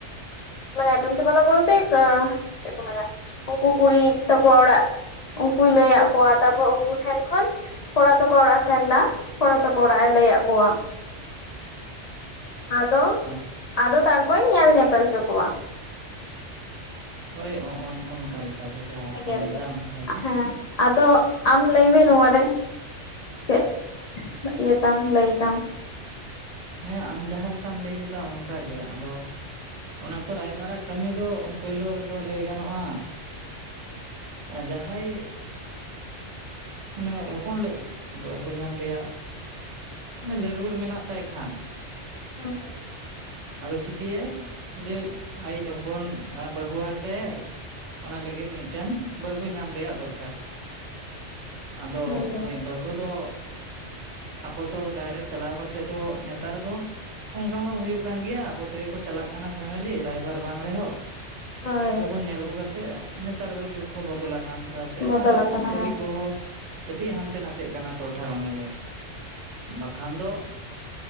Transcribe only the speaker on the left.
ᱢᱟᱱᱮ ᱮᱯᱮᱢ ᱪᱟᱯᱞᱟ ᱵᱚᱞᱛᱮ ᱪᱮᱫ ᱠᱚ ᱢᱮᱱᱟ ᱩᱱᱠᱩ ᱠᱩᱲᱤ ᱛᱟᱠᱚᱣᱟ ᱚᱲᱟᱜ ᱩᱱᱠᱩᱭ ᱞᱟᱹᱭ ᱟᱫ ᱠᱚᱣᱟ ᱛᱟᱯᱚᱨᱮ ᱩᱱᱠᱩ ᱴᱷᱮᱱ ᱠᱷᱚᱱ ᱠᱚᱲᱟ ᱛᱟᱠᱚ ᱚᱲᱟᱜ ᱮ ᱥᱮᱱ ᱮᱱᱟ ᱠᱚᱲᱟ ᱛᱟᱠᱚ ᱚᱲᱟᱜ ᱮ ᱞᱟᱹᱭᱟᱫ ᱠᱚᱣᱟ ᱟᱫᱚ
ᱟᱫᱚ ᱛᱟᱨᱯᱚᱨᱮᱧ ᱧᱮᱞ ᱧᱮᱯᱮᱞ ᱦᱚᱪᱚ ᱠᱚᱣᱟ
ᱱᱤᱭᱟᱹᱜᱮ
ᱟᱨᱠᱤ
ᱦᱮᱸ ᱟᱫᱚ ᱟᱢ ᱞᱟᱹᱭᱢᱮ ᱱᱚᱣᱟ ᱨᱮ ᱪᱮᱫ ᱤᱭᱟᱹ ᱛᱟᱢ ᱞᱟᱹᱭᱤᱛᱟᱢ
ᱦᱮᱸ ᱦᱮᱸ
ᱦᱳᱭ
ᱦᱳᱭ
ᱵᱚᱫᱚᱞ
ᱟᱠᱟᱱᱟ
ᱦᱮᱸ